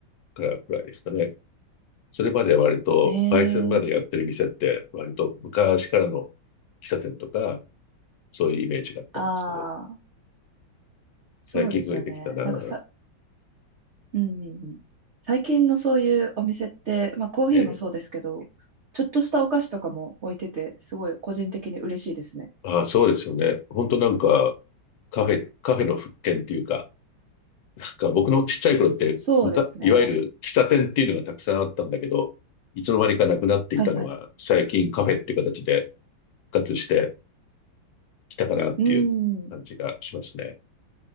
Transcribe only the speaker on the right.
ええ
ああー、そうですよね。
なんかさ、うんうんうん。最近のそういうお店って、まあコーヒーもそうですけど、
ちょっとしたお菓子とかも置いてて、すごい個人的に嬉しいですね。
そうですね。
はいはい。
うーん。